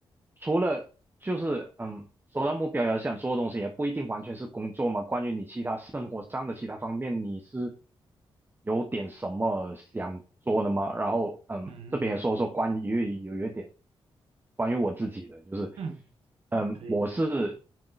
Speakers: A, on the right; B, on the right.
A: 除了就是嗯，说到目标要想做的东西，也不一定完全是工作嘛。关于你其他生活上的其他方面，你是有点什么想做的吗？然后嗯，
B: 嗯
A: 这边也说说关于有有一点关于我自己的，就是
B: 嗯，嗯，
A: 嗯，
B: 可以，
A: 我是